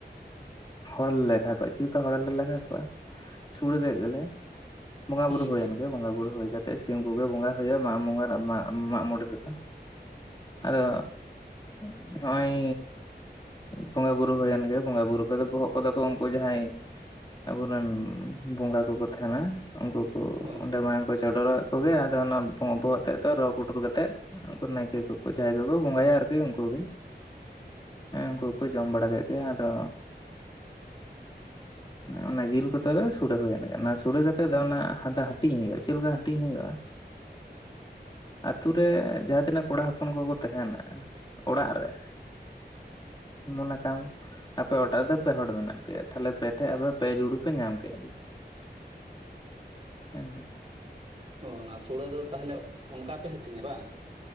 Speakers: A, on the left; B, on the right.
A: ᱦᱚᱲ ᱞᱮᱠᱷᱟ ᱠᱚᱣᱟ, ᱪᱤᱠᱟᱹᱛᱮ ᱦᱚᱲ ᱞᱮ ᱞᱮᱠᱷᱟ ᱠᱚᱣᱟ? ᱥᱩᱲᱮ ᱠᱮᱫ ᱜᱮᱞᱮ, ᱵᱚᱸᱜᱟ
B: ᱦᱮᱸ
A: ᱵᱩᱨᱩ ᱦᱩᱭᱮᱱ
B: ᱦᱮᱸ
A: ᱜᱮ ᱵᱚᱸᱜᱟ ᱵᱩᱨᱩ ᱦᱩᱭ ᱛᱮᱫ ᱥᱤᱢ ᱠᱚᱜᱮ ᱵᱚᱸᱜᱟ ᱦᱩᱭᱩᱜᱼᱟ ᱢᱟᱜ ᱵᱚᱸᱜᱟ ᱨᱮ ᱢᱟᱜ ᱢᱟᱜ ᱢᱚᱬᱮ ᱨᱮᱫᱚ, ᱟᱫᱚ ᱦᱚᱸᱜ-ᱚᱭ ᱵᱚᱸᱜᱟ ᱵᱩᱨᱩ ᱦᱩᱭᱮᱱ ᱜᱮ ᱵᱚᱸᱜᱟ ᱵᱩᱨᱩ ᱠᱚᱫᱚ ᱵᱚᱦᱚᱜ ᱠᱚᱫᱚ ᱠᱚ ᱩᱱᱠᱩ ᱡᱟᱦᱟᱸᱭ ᱟᱵᱚᱨᱮᱱ ᱵᱚᱸᱜᱟ ᱠᱚᱠᱚ ᱛᱟᱦᱮᱱᱟ ᱩᱱᱠᱩ ᱠᱚ
B: ᱦᱳᱭ
A: ᱚᱸᱰᱮ ᱢᱟᱭᱟᱝ ᱠᱚ ᱪᱚᱰᱚᱨᱟ᱾ ᱠᱚᱜᱮ ᱟᱫᱚ ᱚᱱᱟ ᱵᱚᱦᱚᱜ ᱛᱮᱜ ᱫᱚ ᱨᱚ ᱯᱩᱰᱩᱨ ᱠᱟᱛᱮᱜ ᱩᱱᱠᱩ ᱱᱟᱭᱠᱮ ᱠᱚ ᱡᱟᱦᱟᱸᱭ ᱠᱚᱠᱚ ᱵᱚᱸᱜᱟᱭᱟ ᱟᱨᱠᱤ ᱩᱱ ᱩᱱᱠᱩ ᱜᱮ ᱦᱮᱸ ᱩᱱᱠᱩ ᱠᱚ ᱡᱚᱢ ᱵᱟᱲᱟ ᱠᱮᱫ ᱜᱮ ᱟᱫᱚ
B: <inaudible>
A: ᱚᱱᱟ ᱡᱤᱞ ᱠᱚᱛᱮ ᱫᱚ ᱥᱩᱚᱲᱮ ᱦᱩᱭᱮᱱ ᱜᱮ ᱚᱱᱟ ᱥᱚᱲᱮ ᱠᱟᱛᱮᱜ ᱫᱚ ᱚᱱᱟ ᱦᱟᱛᱮ ᱦᱟᱹᱴᱤᱧ ᱦᱩᱭᱩᱜᱼᱟ ᱪᱮᱫᱞᱮᱠᱟ ᱦᱟᱹᱴᱤᱧ ᱦᱩᱭᱩᱜᱼᱟ
B: <inaudible>
A: ᱟᱛᱳ ᱨᱮ ᱡᱟᱦᱟᱸ ᱛᱤᱱᱟᱹᱜ ᱠᱚᱲᱟ ᱦᱚᱯᱚᱱ ᱠᱚᱠᱚ ᱛᱟᱦᱮᱱᱟ᱾ ᱚᱲᱟᱜ ᱨᱮ ᱢᱚᱱᱮ ᱠᱟᱢ ᱟᱯᱮ ᱚᱲᱟᱜ ᱨᱮᱫᱚ ᱯᱮ ᱦᱚᱲ ᱢᱮᱱᱟᱜ ᱯᱮᱭᱟ ᱛᱟᱦᱞᱮ ᱯᱮ ᱴᱷᱮᱡ ᱟᱯᱮ ᱯᱮ ᱡᱩᱲᱩ ᱯᱮ ᱧᱟᱢ ᱠᱮᱫ ᱜᱮ᱾
B: <inaudible>
A: ᱦᱮᱸ ᱦᱮᱸ
B: ᱚ ᱚᱱᱟ ᱥᱩᱲᱟᱹ ᱫᱚ ᱛᱟᱦᱚᱞᱮ ᱚᱱᱠᱟ ᱯᱮ ᱦᱟᱹᱴᱤᱧᱟ ᱵᱟᱝ?